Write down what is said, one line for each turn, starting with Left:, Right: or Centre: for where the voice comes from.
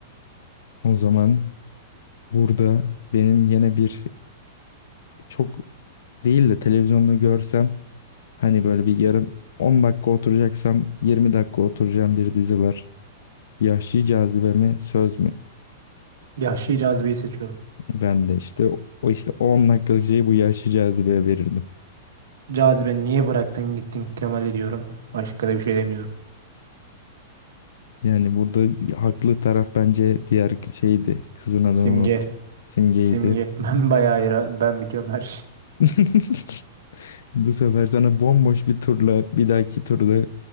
Left: O zaman burada benim yine bir çok değil de televizyonda görsem hani böyle bir yarım 10 dakika oturacaksam 20 dakika oturacağım bir dizi var. Yahşi Cazibe mi? Söz mü?
Right: Yahşi Cazibe'yi seçiyorum.
Left: Ben de işte o işte 10 dakikalık şeyi bu Yahşi Cazibe'ye verirdim.
Right: Cazibe niye bıraktın gittin Kemal'i diyorum. Başka da bir şey demiyorum.
Left: Yani burada haklı taraf bence diğer şeydi. Kızın adını
Right: Simge,
Left: unuttum. Simge'ydi.
Right: Simge. <laughs> Ben bayağı ira- ben biliyorum her şey.
Left: <laughs> Bu sefer sana bomboş bir turla bir dahaki turda